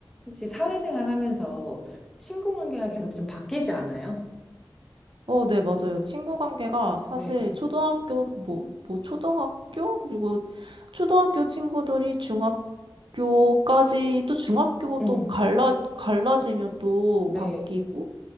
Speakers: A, in the centre; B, on the right.
A: 혹시 사회생활 하면서 친구 관계가 계속 좀 바뀌지 않아요?
B: 어, 네, 맞아요. 친구 관계가 사실
A: 네,
B: 초등학교, 뭐, 뭐, 초등학교? 그리고 초등학교 친구들이 중학교까지 또 중학교
A: 음,
B: 또 갈라, 갈라지면 또
A: 네,
B: 바뀌고,